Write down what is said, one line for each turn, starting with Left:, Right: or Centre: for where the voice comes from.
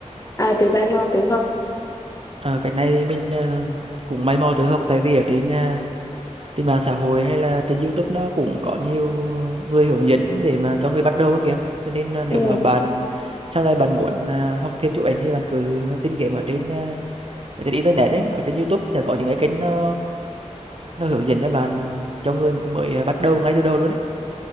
Left: à tự mày mò tự học
Right: Ờ, cái này thì mình ờ, cũng may mò tự học tại vì ở trên ờ, trên mạng xã hội hay là trên YouTube nó cũng có nhiều ờ, người hướng dẫn để mà cho người bắt đầu á kìa cho nên ờ, nếu
Left: ừ.
Right: mà bạn sau này bạn muốn ờ, học thêm chụp ảnh thì bạn cứ tìm kiếm ở trên ờ, ở trên internet ấy ở trên YouTube sẽ có những cái kênh nó nó hướng dẫn cho bạn cho người mới ờ, bắt đầu ngay từ đầu luôn ấy